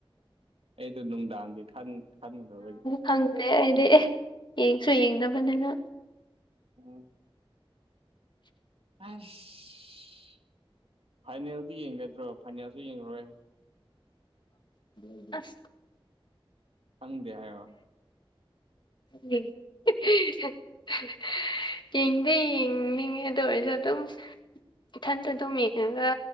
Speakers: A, on the right; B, on the left.
A: ꯑꯩꯗ ꯅꯨꯡꯗꯥꯡꯒꯤ ꯈꯟ ꯈꯟꯗꯕꯒꯤ
B: ꯈꯪꯗꯦ ꯑꯩꯗꯤ ꯑꯦ ꯌꯦꯡꯁꯨ ꯌꯦꯡꯗꯕꯅꯤꯅ
A: <inaudible> ꯑꯥꯁ ꯐꯥꯏꯅꯦꯜꯗꯤ ꯌꯦꯡꯒꯗ꯭ꯔꯣ ꯐꯥꯏꯅꯦꯜꯁꯨ ꯌꯦꯡꯉꯔꯣꯏ
B: <unintelligible> ꯑꯁ
A: ꯈꯪꯗꯦ ꯍꯥꯏꯌꯣ
B: <unintelligible> ꯌꯦꯡꯗꯤ ꯌꯦꯡꯅꯤꯡꯉꯦ ꯑꯗꯨ ꯑꯣꯏꯔꯁꯨ ꯑꯗꯨꯝ ꯏꯊꯟꯇ ꯑꯗꯨꯝ ꯌꯦꯡꯉꯒ